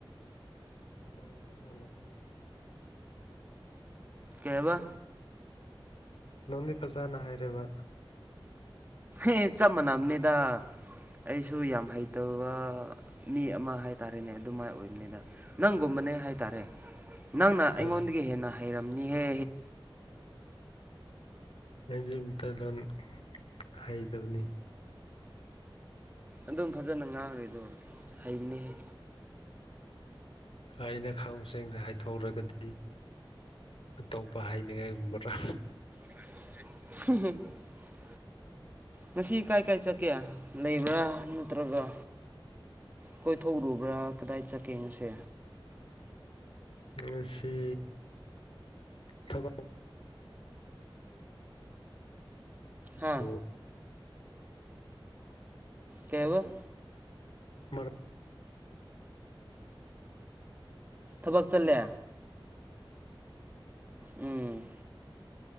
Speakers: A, on the left; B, on the right.
A: ꯆ ꯅꯦ
B: ꯀꯩ ꯍꯥꯏꯕ
A: ꯅꯪꯗꯤ ꯐꯖꯅ ꯍꯥꯏꯔꯕ
B: ꯑꯦ ꯆꯞ ꯃꯥꯟꯅꯕꯅꯦꯗ ꯑꯩꯁꯨ ꯌꯥꯝ ꯍꯩꯇꯕ ꯃꯤ ꯑꯃ ꯍꯥꯏ ꯍꯥꯏꯔꯦꯅꯦ ꯑꯗꯨꯃꯥꯏꯅ ꯑꯣꯏꯕꯅꯤꯗ ꯅꯪꯒꯨꯝꯕꯅꯦ ꯍꯥꯏ ꯇꯔꯦ ꯅꯪꯅ ꯑꯩꯉꯣꯟꯗꯒꯤ
A: ꯑꯦꯁ
B: ꯍꯦꯟꯅ ꯍꯥꯏ ꯍꯩꯔꯝꯅꯤꯍꯦ
A: ꯑꯩꯗꯤ ꯃꯇꯩꯂꯣꯟ ꯍꯩꯇꯕꯅꯤ
B: ꯑꯗꯨꯝ ꯐꯖꯅ ꯉꯥꯡꯅꯔꯤꯗꯣ ꯍꯩꯕꯅꯤꯍꯦ
A: ꯑꯩꯅ ꯈꯪ ꯁꯦꯡꯅꯦ ꯍꯥꯏꯊꯣꯛꯎꯔꯒꯗꯤ ꯑꯇꯣꯞꯄ ꯍꯥꯏꯅꯤꯡꯉꯥꯏꯒꯨꯝꯕꯗ꯭ꯔꯥ
B: <unintelligible> ꯉꯁꯤ ꯀꯥꯏ ꯀꯥꯏ ꯆꯠꯀꯦ ꯂꯩꯕ꯭ꯔꯥ ꯅꯠꯇ꯭ꯔꯒ ꯀꯣꯏꯊꯣꯛꯎꯔꯨꯕ꯭ꯔꯥ ꯀꯗꯥꯏ ꯆꯠꯀꯦꯉꯁꯦ
A: ꯃꯁꯤ ꯊꯕ
B: ꯍꯥ
A: ꯑꯣ
B: ꯀꯦꯕ
A: ꯃꯔꯂ
B: ꯊꯕꯛ ꯆꯠꯂꯦ ꯎꯝ